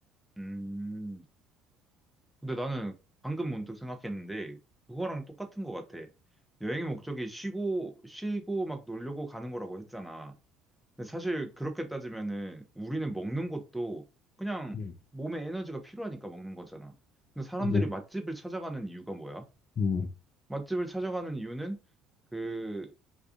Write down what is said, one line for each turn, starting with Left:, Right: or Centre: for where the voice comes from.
Centre: 음. 근데 나는 방금 문득 생각했는데, 그거랑 똑같은 것 같아. 여행의 목적이 쉬고, 쉬고 막 놀려고 가는 거라고 했잖아. 근데 사실 그렇게 따지면은 우리는 먹는 것도 그냥
Left: 음,
Centre: 몸에 에너지가 필요하니까 먹는 거잖아. 근데 사람들이
Left: 그지.
Centre: 맛집을 찾아가는 이유가 뭐야?
Left: 음,
Centre: 맛집을 찾아가는 이유는 그